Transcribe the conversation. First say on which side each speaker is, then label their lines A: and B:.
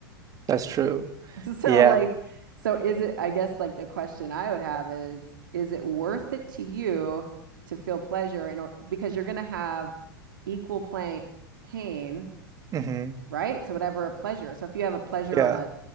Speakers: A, on the right; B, on the right.
A: That's true.
B: <laughs> So
A: Yeah.
B: like so is it I guess like the question I would have is is it worth it to you to feel pleasure in order because you're going to have equal play pain,
A: Mm-hmm.
B: right? To whatever pleasure. So if you have a pleasure
A: Yeah,
B: on a